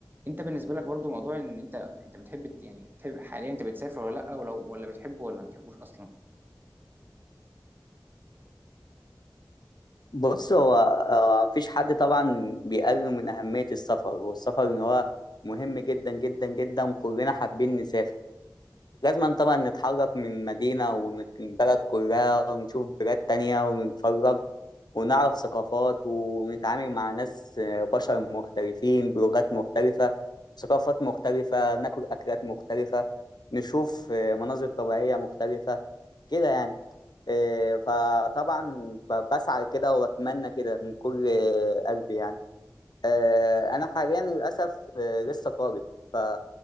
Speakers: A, on the right; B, on the left.
A: أنت بالنسبة لك برضو موضوع إن أنت أنت بتحب ت- يعني بتحب حاليا أنت بتسافر ولا لأ ولو ولا بتحبه ولا ما بتحبوش أصلا
B: بص هو هو مفيش حد طبعا بيقلل من أهمية السفر والسفر إن هو مهم جدا جدا جدا وكلنا حابين نسافر لازم طبعا نتحرك من مدينة ون- من بلد كلها ونشوف بلاد تانية ونتفرج ونعرف ثقافات ونتعامل مع ناس آه، بشر مختلفين بلغات مختلفة ثقافات مختلفة ناكل أكلات مختلفة نشوف آه، مناظر طبيعية مختلفة كده يعني إيه، فطبعا ب- بسعى كده واتمنى كده من كل قلبي يعني آه، انا حاليا للاسف آه، لسه طالب ف...